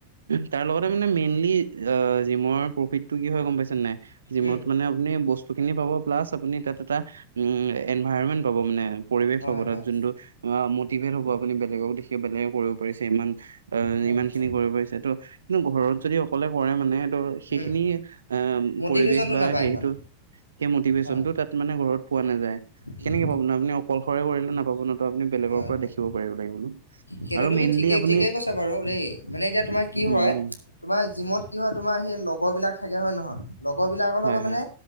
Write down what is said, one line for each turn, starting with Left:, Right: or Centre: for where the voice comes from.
Right: তাৰ লগতে মানে মেইনলি অ', জিমৰ প্ৰফিটটো কি হয় গম পাই নাই, জিমত
Left: উম,
Right: মানে আপুনি বস্তু খিনি পাব। প্লাছ আপুনি এটা দুটা, উম, এনভাইৰনমেণ্ট পাব মানে পৰিৱেশ
Left: হয়,
Right: পাব তাত
Left: হয়,
Right: যোনটো অ', মটিভেট হ'ব আপুনি বেলেগক দেখি বেলেগে কৰিব পাৰিছে ইমান অ',
Left: হয়,
Right: ইমান খিনি
Left: হয়,
Right: কৰিব পাৰিছে ত', কিন্তু ঘৰত যদি অকলে কৰে মানে সেইখিনি
Left: উম,
Right: আ,
Left: মটিভেশ্যনটো
Right: পৰিৱেশ বা
Left: নাপায়
Right: সেইটো
Left: ইমান,
Right: সেই মটিভেশ্বনটো
Left: হয়,
Right: তাত মানে ঘৰত পোৱা
Left: উম,
Right: কেনেকে পাব ন আপুনি, অকলশৰে কৰিলে নাপাব ন? নি বেলেগৰ
Left: হয়,
Right: পৰা
Left: হয়,
Right: দেখিব পাৰিব লাগিব ন।
Left: সেইটো
Right: আৰু
Left: তুমি
Right: মেইনলি
Left: ঠিকেই,
Right: আপুনি
Left: ঠিকেই কৈছা বাৰু দেই, মানে এতিয়া তোমাৰ কি
Right: হম,
Left: হয়
Right: হম।
Left: তোমাৰ জিমত কি হয়, তোমাৰ সেই লগৰ বিলাক থাকে হয় নহয়। লগৰ বিলাকৰ
Right: হয়
Left: লগত মানে
Right: হয়